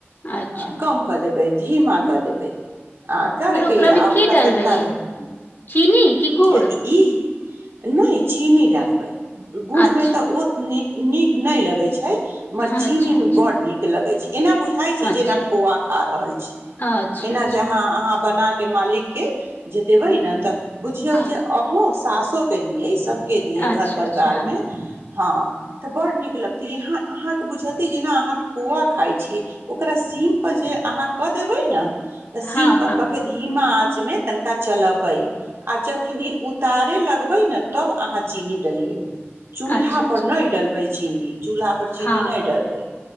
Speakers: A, on the left (about 50°); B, on the right (about 70°).
A: अच्छा
B: आ कम क देब धीमा क देबै आ करके
A: आर ओकरामे
B: आ ओकरा
A: की डालबै
B: तनिका देल
A: चीनी कि गुड़
B: ई नहि चीनी डालबै
A: अच्छा
B: गुड़मे तऽ ओ नीक नीक नहि लगै छैय हममर
A: हाँ,
B: चीनी
A: अच्छा अच्छा
B: में बड नीक लगै छैय एना बुझ जेना
A: अच्छा
B: खोआ खा रहल छी
A: अच्छा
B: एना
A: अच्छा
B: जे आहान आहान बना के मालिक के जे देबै ने तऽ बुझिय
A: हँ
B: जे आहू साासो के दियै सब के दियै घर
A: अच्छा
B: परिवारमे
A: अच्छा हँ
B: हँ तऽ बड़्ड नीक लगतय यहाँ अहाँके बुझते जेना अहाँ खोआ खाइ छीयै। ओकरा सीमपर जे अहाँ कऽ देबै ने तऽ सीम
A: हँ
B: पर
A: हँ
B: क के धीमा मे तनिका चलबै आ जखनी उतारे लग लबे ने तब अहाँ चीनी देलियै
A: अच्छा
B: चूल्हापर
A: अच्छा ठीक
B: नहि डलबै चीनी चूल्हापर चीनी
A: हँ
B: नहि डलबै